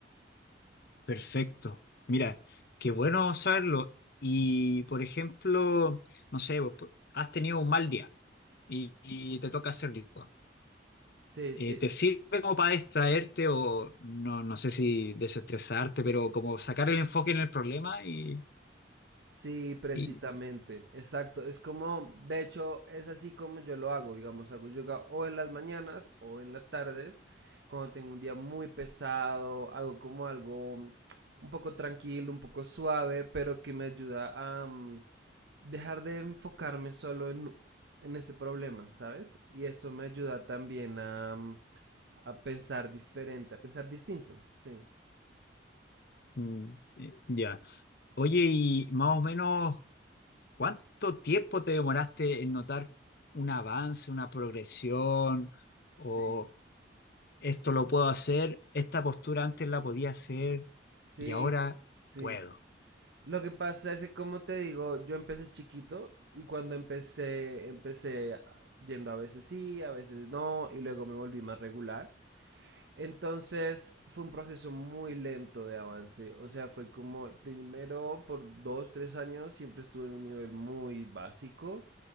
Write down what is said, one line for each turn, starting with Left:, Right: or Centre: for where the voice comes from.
Left: Perfecto. Mira, qué bueno saberlo. Y, por ejemplo, no sé, vos, pues, has tenido un mal día y, y te toca hacer yoga.
Right: Sí,
Left: Eh,
Right: sí,
Left: ¿te sirve como para distraerte o no, no sé si desestresarte, pero como sacar el enfoque en el problema y,
Right: Sí, precisamente,
Left: y,
Right: exacto. Es como, de hecho, es así como yo lo hago, digamos, hago yoga o en las mañanas o en las tardes, cuando tengo un día muy pesado, hago como algo un poco tranquilo, un poco suave, pero que me ayuda a mm, dejar de enfocarme solo en, en ese problema, ¿sabes? Y eso me ayuda también a, mm, a pensar diferente, a pensar distinto, sí.
Left: mm, eh, ya. Oye, y más o menos ¿Cuánto tiempo te demoraste en notar un avance, una progresión,
Right: Sí.
Left: o esto lo puedo hacer, esta postura antes la podía hacer
Right: Sí,
Left: y ahora
Right: sí.
Left: puedo?
Right: Lo que pasa es que, como te digo, yo empecé chiquito y cuando empecé, empecé a- yendo a veces sí, a veces no, y luego me volví más regular. Entonces fue un proceso muy lento de avance, o sea, fue como primero por dos, tres años siempre estuve en un nivel muy básico